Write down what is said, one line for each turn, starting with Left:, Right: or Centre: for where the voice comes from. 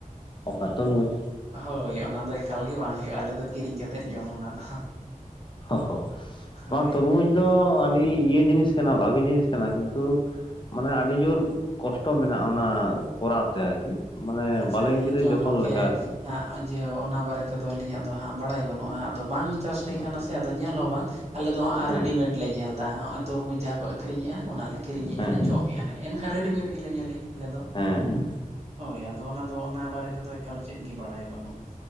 Left: ᱚᱠᱟ ᱛᱚᱨᱢᱩᱡᱽ?
Right: ᱦᱳᱭ ᱚᱱᱟ ᱫᱚ ᱮᱠᱟᱞ ᱜᱮ ᱵᱟᱝ ᱦᱩᱭᱩᱜᱼᱟ ᱟᱞᱮ ᱫᱚ ᱠᱤᱨᱤᱧ ᱠᱟᱛᱮᱫ ᱡᱚᱢ ᱚᱱᱟ ᱫᱚ᱾
Left: ᱦᱚ ᱦᱚ
Right: ᱦᱳᱭ
Left: ᱚᱱᱟ ᱛᱚᱨᱢᱩᱡᱽ ᱫᱚ ᱟᱹᱰᱤ ᱤᱭᱟᱹ ᱡᱤᱱᱤᱥ ᱠᱟᱱᱟ ᱵᱷᱟᱜᱮ ᱡᱤᱱᱤᱥ ᱠᱟᱱᱟ ᱠᱤᱱᱛᱩ ᱢᱟᱱᱮ ᱟᱹᱰᱤ ᱡᱳᱨ ᱠᱚᱥᱴᱚ ᱢᱮᱱᱟᱜᱼᱟ ᱚᱱᱟ ᱠᱚᱨᱟᱣ ᱛᱮ ᱟᱨᱠᱤ᱾ ᱢᱟᱱᱮ
Right: ᱟᱪᱪᱷᱟ
Left: ᱵᱟᱞᱮ ᱜᱤᱫᱽᱨᱟᱹ
Right: ᱦᱮᱸᱪᱚᱝ
Left: ᱡᱚᱛᱚᱱ
Right: ᱜᱚᱝᱠᱮ
Left: ᱞᱮᱠᱟ ᱟᱨᱠᱤ᱾
Right: ᱦᱟᱸᱜ ᱡᱟᱹᱣ ᱚᱱᱟ ᱵᱟᱨᱮ ᱛᱮᱫᱚ ᱟᱹᱞᱤᱧᱟᱜ ᱫᱚ ᱦᱟᱸᱜ ᱵᱟᱲᱟᱭ ᱵᱟᱹᱱᱩᱜᱼᱟ ᱟᱫᱚ ᱵᱟᱝ ᱪᱟᱥ ᱦᱩᱭ
Left: ᱦᱮᱸ
Right: ᱠᱟᱱᱟ ᱥᱮ ᱟᱫᱚ ᱧᱮᱞ ᱦᱚᱸ ᱵᱟᱝ ᱟᱞᱮ ᱫᱚ ᱦᱟᱸᱜ
Left: ᱦᱮᱸ
Right: ᱨᱮᱰᱤᱢᱮᱰ ᱞᱮ ᱧᱮᱞ ᱮᱫᱟ ᱦᱚᱸᱜ-ᱚᱭ ᱛᱩᱨᱢᱩᱡᱽ ᱡᱟᱦᱟᱸ ᱠᱚ ᱟᱹᱠᱷᱨᱤᱧᱮᱜ-ᱟ ᱚᱱᱟᱞᱮ ᱠᱤᱨᱤᱧᱮᱜ-ᱟ
Left: ᱦᱮᱸ
Right: ᱞᱮ ᱡᱚᱢᱮᱜ-ᱟ ᱞᱮ ᱮᱱᱠᱷᱟᱱ ᱨᱮᱰᱤᱢᱮᱰ ᱜᱮᱞᱮ ᱧᱮᱞᱮᱜ-ᱟ ᱟᱞᱮ ᱫᱚ᱾
Left: ᱦᱮᱸ ᱟᱪᱪᱷᱟ ᱦᱮᱸ ᱦᱮᱸ ᱦᱮᱸ
Right: ᱦᱳᱭ ᱟᱫᱚ ᱚᱱᱟ ᱫᱚ ᱚᱱᱟ ᱵᱟᱨᱮ ᱛᱮᱫᱚ ᱮᱠᱟᱞ ᱪᱮᱫ ᱜᱮ ᱵᱟᱲᱟᱭ ᱵᱟᱹᱱᱩᱜ᱾